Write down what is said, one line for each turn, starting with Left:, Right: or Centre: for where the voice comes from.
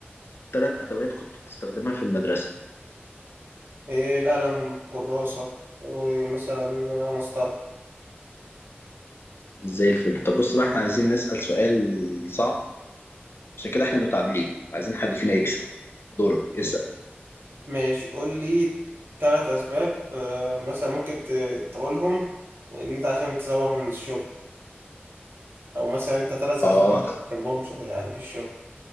Left: ثلاث ادوات كنت بتستخدمها في المدرسة
Right: إيه القلم كراسة ومثلا مسطرة
Left: زي الفل طب بص بقى احنا عايزين نسأل سؤال صعب عشان كده احنا متعادلين عايزين حد فينا يكسب دورك اسأل
Right: ماشي قول لي ثلاث اسباب آه، مثلا ممكن ت- تقولهم ان انت عشان تزوغ من الشغل او مثلا انت ثلاث اسباب
Left: اه
Right: اللي بتحبهم شغل يعني في الشغل